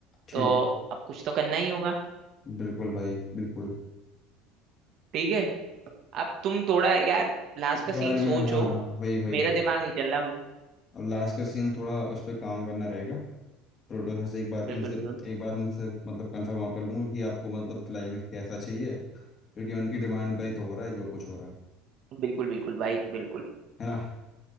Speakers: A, on the left; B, on the right.
A: ठीक
B: तो अब कुछ तो करना ही होगा
A: है। बिल्कुल भाई बिल्कुल
B: ठीक है अब तुम थोड़ा यार लास्ट
A: इस
B: का सीन
A: बारे में
B: सोचो
A: हाँ वही वही
B: मेरा
A: वही
B: दिमाग नहीं चल रहा
A: अब लास्ट का सीन थोड़ा उस पर काम करना रहेगा प्रोड्यूसर से एक बार
B: बिल्कुल
A: उनसे
B: बिल्कुल
A: एक बार उनसे मतलब कंफर्म और कर लूंगा कि आपको मतलब क्लाइमेक्स कैसा चाहिए क्योंकि उनकी डिमांड भाई तो हो रहा है जो कुछ हो रहा है
B: बिल्कुल बिल्कुल भाई बिल्कुल
A: है ना